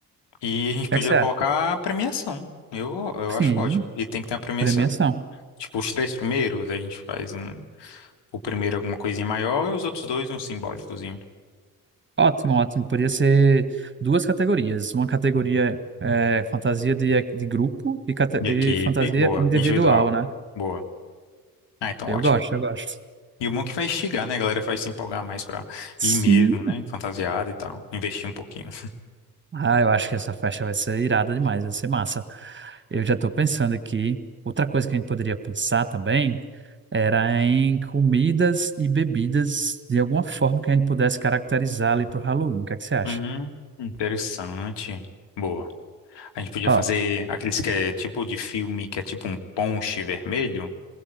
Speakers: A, on the left; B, on the right.
A: E a gente
B: que
A: podia
B: é que você acha?
A: colocar a premiação. Eu, eu
B: Sim,
A: acho ótimo. E tem que ter a premia-
B: premiação.
A: Tipo, os três primeiros, a gente faz um, o primeiro alguma coisinha maior e os outros dois um simbólicozinho.
B: Ótimo, ótimo. Podia ser duas categorias. Uma categoria é, fantasia de, de grupo e, cate-
A: De
B: e
A: equipe,
B: fantasia
A: boa.
B: individual,
A: Individual,
B: né?
A: boa. Ah, então
B: Eu
A: ótimo.
B: gosto, eu gosto.
A: E o bom é que vai instigar, né? A galera vai se empolgar mais pra
B: Sim.
A: ir mesmo, né? Fantasiada e tal. Investir um pouquinho.
B: Ah, eu acho que essa festa vai ser irada demais, vai ser massa. Eu já estou pensando aqui. Outra coisa que a gente poderia pensar também. Era em comidas e bebidas, de alguma forma que a gente pudesse caracterizar ali pro Halloween. O que é que você acha?
A: Hum, interessante. Boa. A gente podia
B: Ó,
A: fazer aqueles que é tipo de filme, que é tipo um ponche vermelho. O